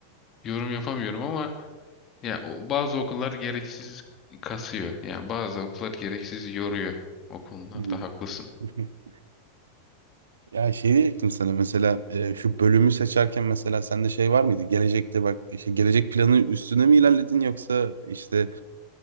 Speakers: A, on the left; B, on the right.
A: yorum yapamıyorum ama Ya o- bazı okullar gereksiz kasıyor. Yani bazı okullar gereksiz yoruyor. O konularda
B: Hmm.
A: haklısın.
B: <laughs> Ya şey diyecektim sana mesela e, şu bölümü seçerken mesela sende şey var mıydı? Gelecekte bak işte gelecek planı üstüne mi ilerledin yoksa işte